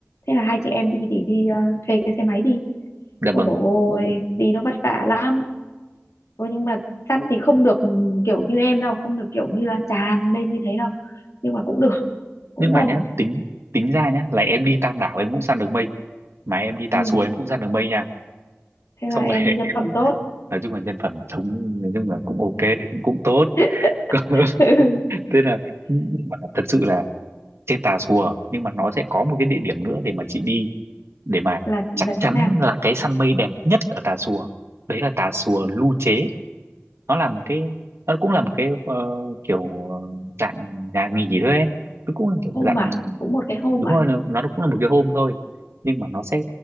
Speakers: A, on the left; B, on the right.
A: thế là hai chị em đi thì đi ờ, thuê cái xe máy đi
B: dạ
A: Ôi
B: vâng
A: dồi ôi, đi nó vất vả lắm. Thôi nhưng mà săn thì không được ừ, kiểu như em đâu, không được kiểu như là tràn lên như thế đâu. Nhưng mà cũng được, cũng
B: nhưng mà
A: ổn.
B: nhá tính tính ra nhá là em đi Tam Đảo em cũng săn được mây mà em đi Tà
A: Ừ,
B: Xùa em cũng săn được mây nha
A: thế là
B: xong
A: em
B: rồi <laughs>
A: nhân
B: em
A: phẩm tốt.
B: nói chung là nhân phẩm sống nói chung là cũng ok cũng cũng tốt
A: <laughs>
B: <laughs>
A: Ừ,
B: thế là nhưng mà thật sự là trên Tà Xùa nhưng mà nó sẽ có một cái địa điểm nữa để mà chị đi để mà
A: Là là
B: chắc chắn
A: chỗ nào?
B: là cái săn mây đẹp nhất ở Tà Xùa đấy là Tà Xùa Lu Chế nó là một cái nó cũng là một cái ờ, kiểu ờ, dạng nhà nghỉ thôi ấy. nó cũng là kiểu
A: Hôm
B: dạng
A: à, cũng một cái hôm
B: đúng
A: à.
B: rồi nó nó cũng là một cái hôm thôi nhưng mà nó sẽ